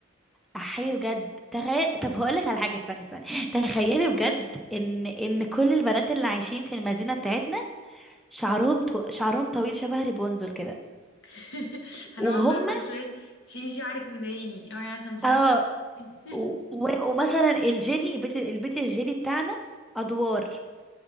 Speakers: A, in the centre; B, on the left.
A: احيي بجد تخيل طب هقولك على حاجه استني استني تخيلي بجد ان ان كل البنات اللي عايشين في المدينه بتاعتنا شعرهم تو... شعرهم طويل شبه ريبونزل كده
B: <laughs> هنقعد
A: وهم
B: بقى كل شويه شيلي شعرك مضايقني اوعي عشان مش
A: اه
B: عارفه <laughs>
A: و... و... ومثلا الجيلي البيت البيت الجيلي بتاعنا ادوار